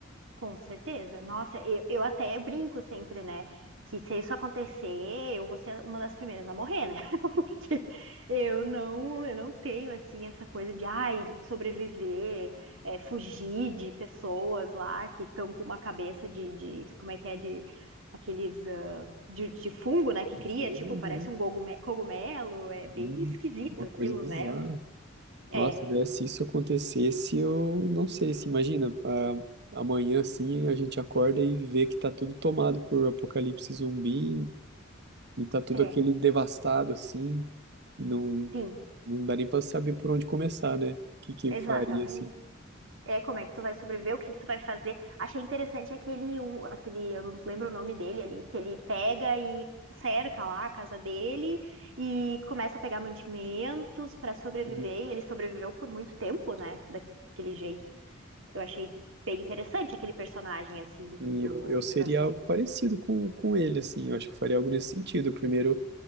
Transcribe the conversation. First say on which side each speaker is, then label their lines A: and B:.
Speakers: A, on the right; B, on the right.
A: Com certeza. Nossa, eu, eu até brinco sempre, né? Que se isso acontecer, eu vou ser uma das primeiras a morrer, né? <laughs> Porque eu não, eu não tenho, assim, essa coisa de, ai, sobreviver, é, fugir de pessoas lá que estão com uma cabeça de, de, como é que é, de aqueles, ah, de, de fungo, né? Que
B: do
A: cria,
B: fogo,
A: tipo, parece
B: né?
A: um gogume- cogumelo. É bem
B: Hum,
A: esquisito
B: uma
A: aquilo,
B: coisa bizarra.
A: né? É,
B: Nossa, Zé, se isso acontecesse, eu não sei, se imagina, a amanhã assim a gente acorda e vê que tá tudo tomado por apocalipse zumbi e tá tudo
A: é,
B: aquele devastado assim, e não,
A: sim,
B: não dá nem pra saber por onde começar, né? O que que eu
A: exatamente.
B: faria assim?
A: É, como é que tu vai sobreviver, o que que tu vai fazer. Achei interessante aquele, um, aquele, eu não lembro o nome dele ali, que ele pega e cerca lá a casa dele e começa a pegar mantimentos pra sobreviver.
B: E
A: E ele sobreviveu por muito tempo, né? Daquele jeito. Eu achei bem interessante aquele personagem, assim, do,
B: e
A: do-
B: eu, eu seria
A: da série.
B: algo parecido com, com ele, assim, eu acho que eu faria algo nesse sentido. Eu Primeiro,